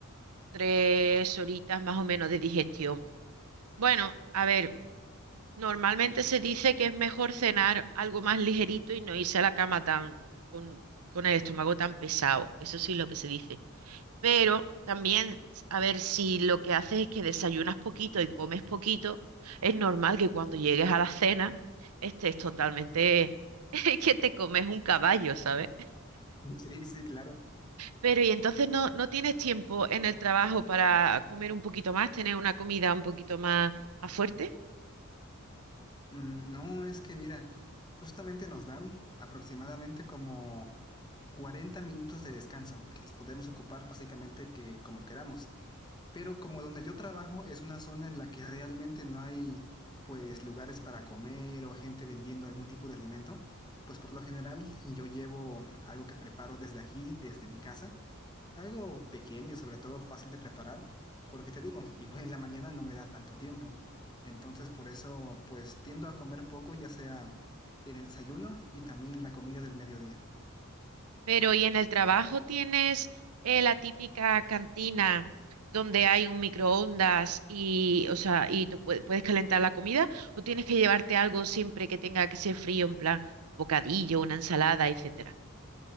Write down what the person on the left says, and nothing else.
<laughs> Sí, sí, claro.
Mm, No, es que mira, justamente nos dan aproximadamente como 40 minutos de descanso, que los podemos ocupar básicamente que como queramos. Pero como donde yo trabajo es una zona en la que realmente no hay pues lugares para comer o gente vendiendo algún tipo de alimento, pues por lo general yo llevo algo que preparo desde aquí, desde mi casa algo pequeño y sobre todo fácil de preparar, porque te digo, <laughs> igual en la mañana no me da tanto tiempo. Entonces por eso pues tiendo a comer poco, ya sea en el desayuno y también en la comida del mediodía.